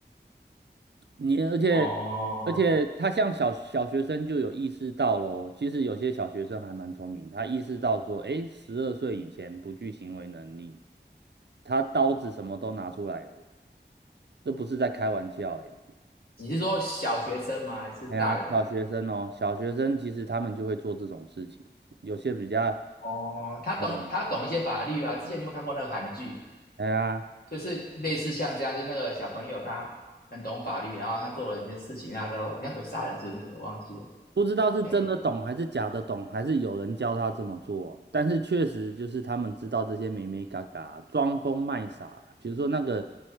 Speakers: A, on the right; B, on the left.
A: 你而且而且他像小小学生就有意识到喽，
B: 哦，
A: 其实有些小学生还蛮聪明，他意识到说，哎，十二岁以前不具行为能力，他刀子什么都拿出来了，这不是在开玩笑诶。
B: 你是说小学生吗？还是大人？
A: 哎呀，小学生哦，小学生其实他们就会做这种事情，有些比较，
B: 哦，他懂他懂一些法律啊。
A: 嗯，
B: 之前你有没有看过那个韩剧？
A: 哎呀，
B: 就是类似像这样，就是那个小朋友他很懂法律，然后他做了一些事情，他都好像有杀人，是不是？我忘记了。
A: 不知道是真的懂还是假的懂，
B: 哎，
A: 还是有人教他这么做。但是确实就是他们知道这些美美嘎嘎，装疯卖傻。比如说那个，